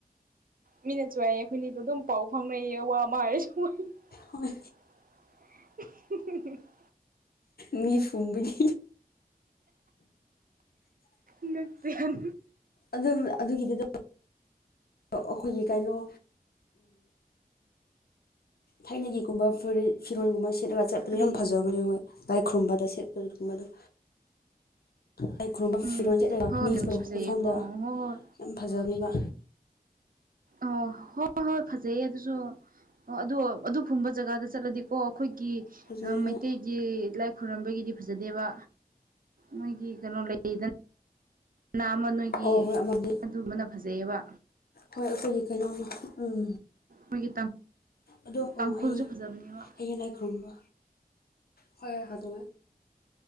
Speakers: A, on the right; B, on the left.
A: ꯃꯤꯅꯁꯨ ꯍꯥꯏꯌꯦ ꯑꯩꯈꯣꯏꯅꯤꯗꯣ ꯑꯗꯨꯝ ꯄꯥꯎ ꯐꯥꯎꯅꯩꯌꯦ ꯋꯥ ꯑꯃ ꯍꯥꯏꯔꯁꯨ ꯋꯥꯍꯩ
B: ꯍꯣꯏ
A: <inaudible>
B: ꯃꯤ ꯐꯨꯝꯕꯒꯅꯤ
A: ꯉꯛꯇ ꯌꯥꯟ
B: ꯑꯗꯨꯝ ꯑꯗꯨꯒꯤꯗꯨꯗ ꯑꯩꯈꯣꯏꯒꯤ ꯀꯩꯅꯣ ꯊꯥꯏꯅꯒꯤꯒꯨꯝꯕ ꯐꯨꯔꯤꯠ ꯐꯤꯔꯣꯟꯒꯨꯝꯕ ꯁꯦꯠꯂꯒ ꯆꯠꯄꯗꯣ
A: ꯀꯔꯤ
B: ꯌꯥꯝ ꯐꯖꯕꯅꯦ ꯍꯣꯏ ꯂꯥꯏꯈꯨꯔꯨꯝꯕꯗ ꯁꯦꯠꯄ ꯑꯗꯨꯒꯨꯝꯕꯗꯣ ꯂꯥꯏ ꯈꯨꯔꯨꯝꯕ
A: ꯎꯝ
B: ꯐꯤꯔꯣꯟ ꯆꯠꯂ
A: ꯍꯣꯏ
B: ꯅꯤꯖꯄ
A: ꯃꯤꯅꯨꯡꯁꯤ ꯐꯖꯩꯌꯦꯀꯣ
B: ꯃꯐꯝꯗ
A: ꯍꯣꯏ ꯍꯣꯏ
B: ꯌꯥꯝ ꯐꯖꯕꯤꯅꯦꯕ
A: ꯑꯣ ꯍꯣꯏ ꯍꯣꯏ ꯐꯖꯩꯌꯦ ꯑꯗꯨꯁꯨ ꯑꯗꯣ ꯑꯗꯨꯒꯨꯝꯕ ꯖꯒꯥꯗ ꯆꯠꯂꯗꯤꯀꯣ ꯑꯩꯈꯣꯏꯒꯤ
B: ꯐꯖꯩꯌꯦ
A: ꯃꯩꯇꯩ
B: ꯍꯣꯏ
A: ꯒꯤ ꯂꯥꯏ ꯈꯨꯔꯨꯝꯕꯒꯤꯗꯤ ꯐꯖꯗꯦꯕ ꯃꯣꯏꯒꯤ ꯀꯩꯅꯣ ꯂꯩꯗꯅ ꯑꯃꯥ ꯅꯣꯏꯒꯤ
B: ꯑꯣ ꯍꯣꯏ ꯑꯃꯗꯤ
A: ꯑꯗꯨꯝꯕꯅ ꯐꯖꯩꯌꯦꯕ
B: ꯍꯣꯏ ꯑꯩꯈꯣꯏꯒꯤ ꯀꯩꯅꯣꯝꯃ ꯎꯝ
A: ꯃꯣꯏꯒꯤ
B: ꯑꯗꯣ
A: ꯇꯥꯡꯈꯨꯜꯁꯨ
B: ꯑꯣ ꯍꯩ
A: ꯐꯖꯕꯅꯦꯕ
B: ꯍꯌꯦꯡ ꯂꯥꯏ ꯈꯨꯔꯨꯝꯕ ꯍꯣꯏ ꯍꯣꯏ ꯑꯗꯨ